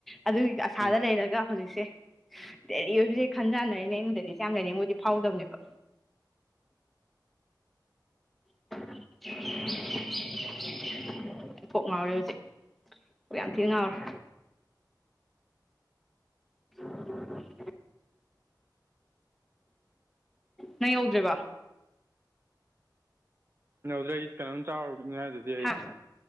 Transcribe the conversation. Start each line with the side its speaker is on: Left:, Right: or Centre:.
Centre: ꯑꯗꯨꯒꯤ ꯑꯁꯥꯗ
Right: ꯎꯝ
Centre: ꯂꯩꯔꯒ ꯍꯧꯖꯤꯛꯁꯦ ꯗꯦꯜꯂꯤ ꯑꯣꯏꯕꯁꯦ ꯈꯟꯖꯥꯟꯅꯔꯤꯅꯦ ꯑꯩꯅ ꯗꯦꯜꯂꯤ ꯌꯥꯝ ꯂꯩꯅꯤꯡꯕꯗꯤ ꯃꯣꯏꯗꯤ ꯐꯥꯎꯗꯕꯅꯦꯕ <inaudible> ꯄꯣꯛ ꯉꯥꯎꯔꯦ ꯍꯧꯖꯤꯛ ꯌꯥꯝ ꯊꯤꯅ ꯉꯥꯎꯔꯦ ꯎ ꯅꯪ ꯌꯧꯗ꯭ꯦꯔꯤꯕ
Right: ꯀꯧꯗ꯭ꯔꯦ ꯑꯩ ꯀꯩꯅꯣꯝ ꯆ ꯆꯥꯎꯔꯅꯤ ꯍꯥꯏꯗꯨꯗꯤ ꯑꯩ
Centre: ꯍꯥ